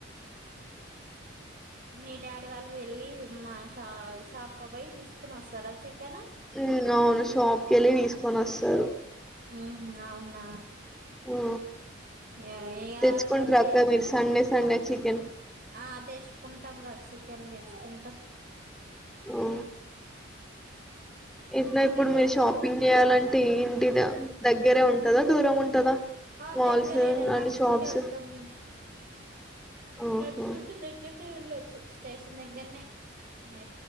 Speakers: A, on the right (about 50°); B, in the centre.
A: మీ డాడీ వాళ్ళు వెళ్ళి. మా షా షాప్ లో పోయి తీసుకుని వస్తారా చికెన్.
B: ఉహ్ అవును షాప్కి వెళ్ళి తీసుకొని వస్తారు.
A: ఆహ్ అవునా
B: ఆ
A: ఏ ఏకాదు
B: తెచ్చుకుంటారు
A: వచ్చి
B: అక్క మీరు సండే సండే చికెన్
A: ఆ తెచ్చుకుంటాం రా చికెన్ తెచ్చుకుంటా
B: ఓ ఇట్లా
A: చికెన్
B: ఇప్పుడు
A: తీసుకు
B: మీరు షాపింగ్ చేయాలంటే తంటిద దగ్గరే ఉంటదా దూరం ఉంటదా
A: ఆ
B: మాల్స్
A: దగ్గరేనా నడుచుకుంటూ
B: అండ్ షాప్స్
A: వెళ్తాం మేము
B: ఆహా
A: నట్టుకుంటే దగ్గరనే వెళ్ళదు స్టేషన్ దగ్గరనే మ